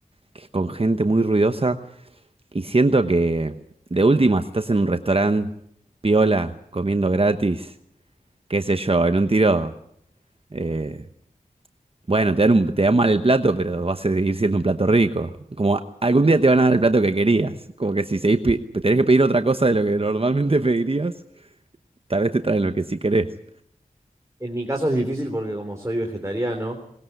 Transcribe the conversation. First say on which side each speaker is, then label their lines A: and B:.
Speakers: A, on the right; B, on the right.
A: que con gente muy ruidosa. Y siento que, de última, si estás en un restaurante piola, comiendo gratis, qué sé yo, en un tiro, eh, bueno, te dan un- te dan mal el plato, pero vas a seguir siendo un plato rico. Como algún día te van a dar el plato que querías. Como que si seguís pi- tenés que pedir otra cosa de lo que normalmente <laughs> pedirías, tal vez te traen lo que sí querés.
B: En mi caso es difícil porque como soy vegetariano,